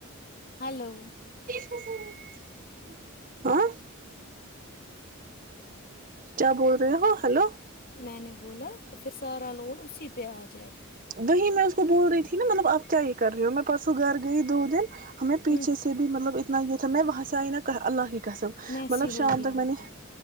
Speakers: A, on the left; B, on the right.
A: ہلو
B: <unintelligible> کیا بول رہے ہو ہیلو
A: میں نے بولا پھر سارا لوڑ اسی پیاج
B: دی میں بول رہی تھی نا مطلبپ کیا یہ کر رہی ہو میں پرسوں گھر گئی دو دن ہمیں پیچھے
A: ہوں
B: سے بھی مطلب میں وہسا نا کہ اللہ گسم
A: میسی
B: مطلب
A: ہو
B: شام
A: گیا
B: تک
A: ہوگا
B: بنے